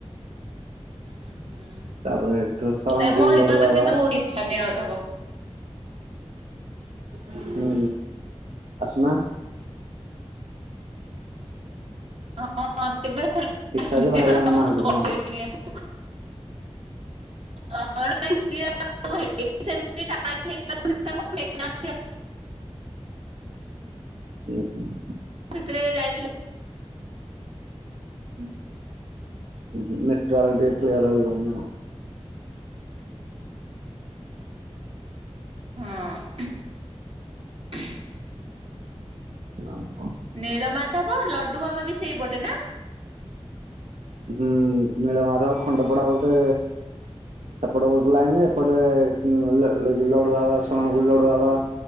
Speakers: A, on the right; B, on the right.
A: ହୁଁ ହୁଁ,
B: ତାପରେ ଏଠୁ ଶରଣକୁ
A: କାଇଁ ମୋ
B: ଲଡୁ
A: ଯିବା
B: ବାବା
A: ପାଇଁ କିନ୍ତୁ ବହୁତ ଇଛା ନୀଳମାଧବ।
B: ହଁ ଆସୁନା?
A: ହଁ। କେବେ
B: ଇଚ୍ଛା ଅଛି ଭାଇ
A: ଯିବା
B: ଆଣୁ
A: ମୁଁ
B: ନାହାନ୍ତି
A: ତ କହିବିନି
B: ନା କଣ?
A: ୟାଙ୍କୁ <unintelligible>
B: ହୁ ହ <unintelligible>
A: <unintelligible> ତ ଯାଇଥିଲେ ହୁ <inaudible>
B: ନେଟୱର୍କ ଟିକେ କ୍ଲିୟର ହୋଇଯାଉନି
A: ହଁ।
B: ହଁ <inaudible>
A: ନୀଳମାଧବ ଲଡୁ ଵାବା ବି ସେଇପଟେ ନା?
B: ହୁଁ ନୀଳମାଧବ ଖଣ୍ଡପଡା ଗୋଟେ ସେପଟ ଗୋଟେ ଲାଇନ ରେ ଏପଟେ ଲ ଲ ଲଡୁ ଵାବା <unintelligible> ଲଡୁ ଵାବା